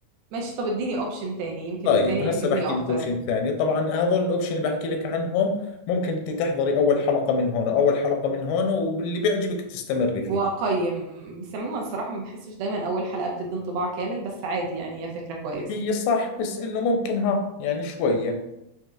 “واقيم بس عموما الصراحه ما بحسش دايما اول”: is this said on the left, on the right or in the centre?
Right